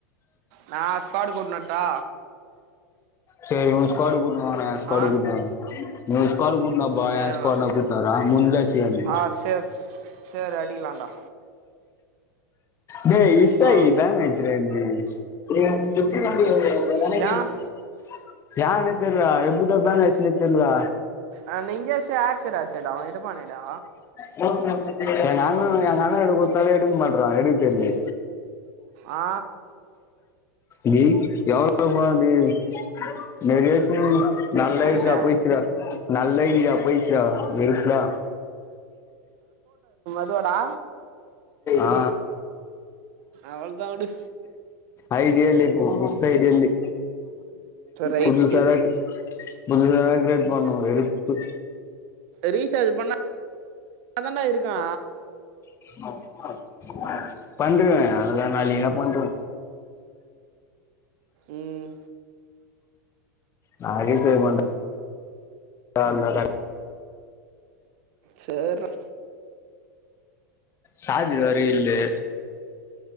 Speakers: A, on the right; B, on the left.
A: நா ஸ்க்வார்டு கூட்னு வர்ட்டா
B: செரி உ ஸ்க்வார்டு கூட்னு வா நா ஏ ஸ்க்வார்டு
A: ஆ
B: கூட்னு வர நீ ஒரு ஸ்க்வார்டு கூட்னுவாப்பா
A: சரிடா
B: ஏ ஸ்க்வார்டு நா கூட் னு வர முஞ்ச்சா செய்யா நீ
A: ஆ சரி சரி அடிக்கலாம்டா
B: டேய் எக்ஸ்டா
A: ஆ
B: இதானு ஆயிடுச்சுடா என்து <unintelligible>
A: ஏன் ஏன்
B: ஏன்னே தெர்ல எப்டீ தா பேன் ஆயிச்சுனே தெர்லடா
A: ஆ லிங்கேஸ் ஹேக்கறாச்சேடா அவ எடு பாணேடா
B: <unintelligible> எங்க அண்ணனு எங்க அண்ணகிட்ட குத்தாலு எடுக்க மாற்றாங்க எடுக்க தெர்லே
A: ஆ
B: டீல் எவ்ளோப்பா டீல் <unintelligible> நல்ல
A: புரியல
B: ஹைட்றா போயிருச்சு டா நல்லா ஐடியா போயிருச்சு டா வெருப்புடா
A: இதுவாடா
B: ஆ
A: அவ்வளோதான் விடு
B: ஐடியா இல்ல இப்போ வொஸ்ட்டு ஐடியா இல்லே
A: ரைட்
B: புதுசா தா புதுசா தா கிரியேட் பண்ணனு வெறுப்பு
A: ரீசார்ஜ் பண்ணா தண்டா இருக்கோ
B: <unintelligible> பண்றுவ அதுலா நாளிக்கா பண்றுவ
A: ம்
B: நா ரீஜார்ஜ் பண்ற நல்லாதா இருக்
A: சர் டா
B: சார்ஜ் வேற இல்லே